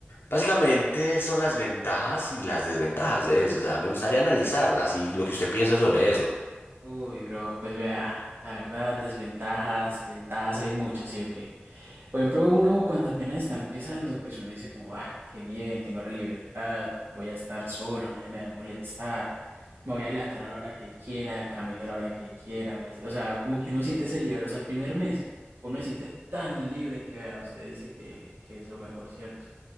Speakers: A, on the left; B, on the right.
A: Básicamente son las ventajas y las desventajas de eso, o sea, me gustaría analizarlas y lo que usted piensa sobre eso.
B: Uy, bro, pues vea, la verdad, desventajas y ventajas hay muchas, ¿sí o qué? Por ejemplo, uno cuando apenas está empezando, pues uno dice como, ah, qué bien, tengo la libertad, voy a estar solo, nadie me va a molestar, me voy a levantar a la hora que quiera, camello a la hora que quiera, voy a hacer-". o sea, como que uno siente ese libre, o sea, el primer mes uno se siente tan libre que vea, usted dice que, que es lo mejor, ¿cierto?